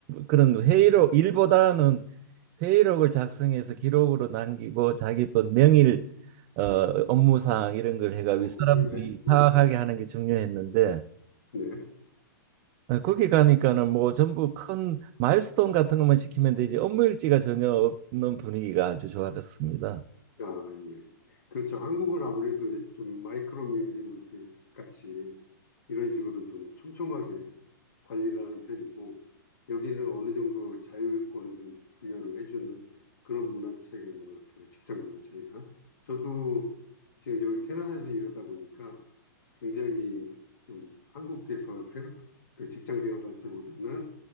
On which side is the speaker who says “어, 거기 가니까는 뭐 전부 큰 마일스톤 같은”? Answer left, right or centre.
Right